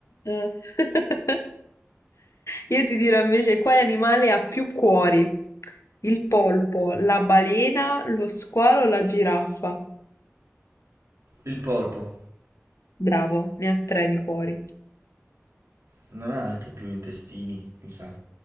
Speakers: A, on the left; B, on the right.
A: Eh. <laughs> Io ti dirò invece quale animale ha più cuori? Il polpo, la balena, lo squalo o la giraffa?
B: Il polpo
A: Bravo, ne ha tre di cuori.
B: non ha anche più intestini, mi sa.